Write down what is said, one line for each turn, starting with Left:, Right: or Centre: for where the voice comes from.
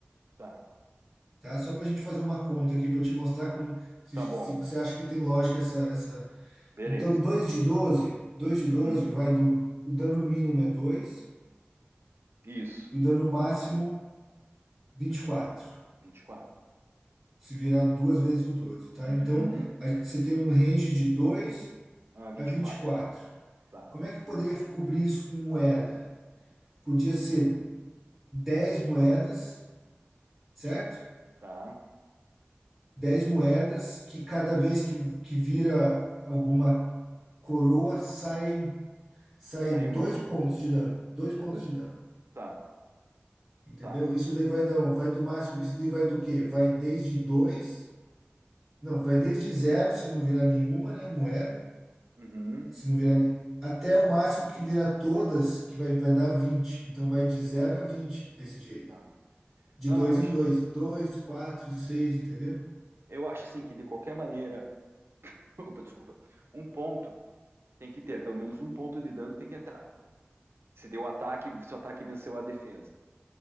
Right: tá,
Centre: tá? Só pra gente fazer uma conta aqui para te mostrar como se,
Right: tá
Centre: se
Right: bom,
Centre: você acha que tem lógica essa essa.
Right: beleza.
Centre: Então, dois de doze dois de doze
Right: Uhum.
Centre: vai do o dano mínimo é dois
Right: Isso,
Centre: o dano máximo vinte e quatro
Right: 24.
Centre: se virar duas vezes o 12, tá?
Right: Uhum.
Centre: Então, a gente- você tem um range de 2
Right: Ah, vinte
Centre: a vinte
Right: e quatro.
Centre: e quatro.
Right: tá,
Centre: Como é que eu poderia cobrir isso com moeda? Podia ser 10 moedas, certo?
Right: tá.
Centre: 10 moedas que cada vez que, que vira alguma coroa sai, um- sai
Right: Sai
Centre: dois
Right: um,
Centre: pontos de dano. Dois pontos
Right: sai dois,
Centre: de dano.
Right: tá.
Centre: Entendeu?
Right: Tá.
Centre: Isso daí vai dar, um- vai do máximo, isso daí vai do quê? Vai desde 2? não, vai desde zero se não virar nenhuma, né, moeda
Right: Uhum,
Centre: Se não virar ne- até o máximo que virar todas, que vai, vai dar vinte Então vai de zero a 20 desse jeito.
Right: tá.
Centre: De
Right: Não,
Centre: dois
Right: eu acho,
Centre: em dois, dois, quatro, seis, entendeu?
Right: eu acho assim que de qualquer maneira, <laughs> opa, desculpa, um ponto tem que ter, pelo menos um ponto de dano tem que entrar. Se deu ataque, se o ataque venceu a defesa.